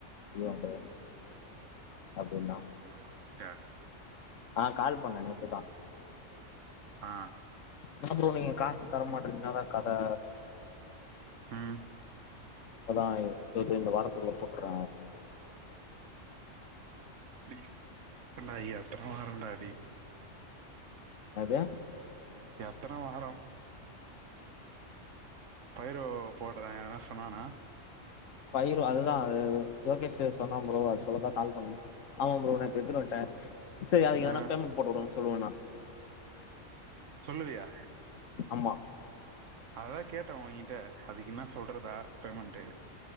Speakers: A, on the left (about 80°); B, on the right (about 75°).
A: இவன்ட அப்டினா
B: பண்ணாண்ணா ஒங்க்கிட்ட
A: அ கால் பண்ணே நேத்து தா
B: ஆ
A: என்னா ப்ரோ நீங்க காசு தரமாட்டறீங்க என்னாதா கதை
B: ம்
A: இப்பதா இது இந்த வாரத்துக்குள்ள போட்டுட்ற
B: இப்பன்னா எத்தன வாரம்டா டேய்
A: அது
B: எத்தன வாரம் பயிரு போடுறே எதுன சொன்னானா
A: பயிரு அதுதா அது யேகேஷ் சொன்னா ப்ரோ அது சொல்லதா கால் பண்ண ஆமா ப்ரோ நேத்து எடுதுன்னுவந்ட்டா சேரி அதுக்கு
B: ஆ
A: எதனா பேமெண்ட் போட்டுவுடுங்கனு சொல்லுவனா
B: சொல்லுவியா
A: ஆமா
B: அதுதா கேட்டே உ கிட்ட அதுக்கு என்ன சொல்றதா பேமெண்ட்டு